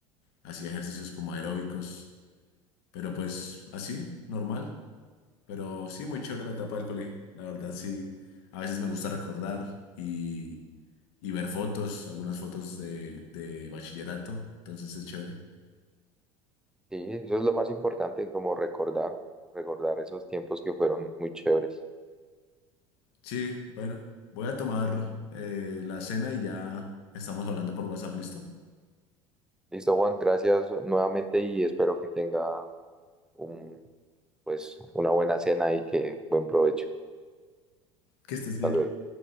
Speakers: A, on the left (about 55°); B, in the centre.
A: hacía ejercicios como aeróbicos, pero pues así, normal. Pero sí, muy chévere la etapa del colegio. La verdad sí, a veces me gusta recordar y, y ver fotos, algunas fotos de, de bachillerato, entonces es chévere.
B: Sí, eso es lo más importante, como recordar, recordar esos tiempos que fueron muy chéveres.
A: Sí, bueno, voy a tomar eh, la cena y ya estamos hablando por WhatsApp, ¿listo?
B: Listo, Juan, gracias nuevamente y espero que tenga un, pues, una buena cena y que buen provecho.
A: Que estés
B: Hasta
A: bien.
B: luego.